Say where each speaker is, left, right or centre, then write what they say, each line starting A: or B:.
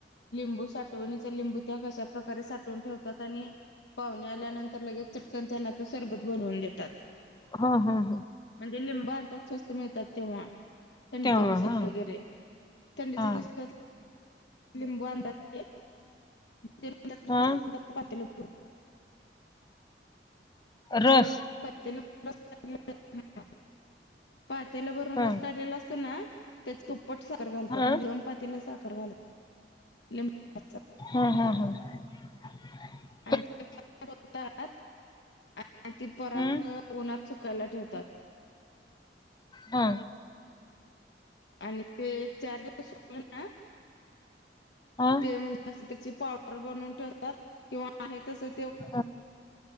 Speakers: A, on the left; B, on the left.
A: लिंबू साठवणीचा, लिंबू तेव्हा कशा प्रकारे साठवून ठेवतात आणि पाहुणे आल्यानंतर लगेच चटकन त्यांना ते सरबत बनवून देतात.
B: हां हां हां.
A: म्हणजे लिंब आणतात स्वस्त मिळतात तेव्हा? थंडीच्या
B: तेव्हा
A: दिवसात
B: हा
A: वगैरे. थंडीच्या
B: हा
A: दिवसात लिंबू आणतात ते <unintelligible>
B: हा
A: पातेलं <unintelligible> भरून
B: रस
A: आणि पातेलं <inaudible> पातेलं भरून
B: हा
A: रस काढलेला असतं ना, तेच तुप पट साखर घालतात,
B: हा
A: म्हणजे वन पातेल साखर घालत लिंबाचा.
B: हम्म हम्म हम्म.
A: आणि <unintelligible> आणि ते परात
B: हम्म
A: उन्हात सुकायला ठेवतात.
B: हा.
A: आणि ते एक चार दिवस सुकलं ना.
B: आ
A: ते म्हणजे त्याची पावडर बनवून ठेवतात किंवा आहे तस <unintelligible>
B: हा